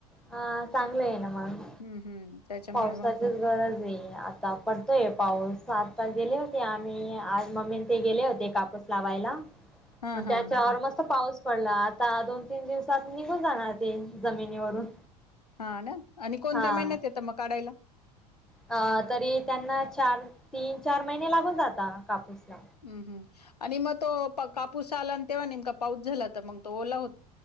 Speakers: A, in the centre; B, on the left (about 80°).
A: ह चांगलं ये ना मग.
B: हम्म हम्म त्याच्यामुळे
A: पावसाचीच
B: मग
A: गरज आहे आता पडतोय पाऊस. सात तास गेले होते आम्ही आज मम्मी ते गेले होते कापूस लावायला.
B: हा
A: मग त्याच्यावर
B: हा
A: मस्त पाऊस पडला. आता दोन तीन दिवसात निघून जाणार ते जमिनीवरून.
B: हा ना आणि कोणत्या
A: हा
B: महिन्यात येत मग काढायला.
A: अ तरी त्यांना चार तीन चार महिने लागून जाता कापूसला.
B: हम्म हम्म आणि मग तो कापूस आला तेव्हा नेमका पाऊस झाला तर मग तो ओला हो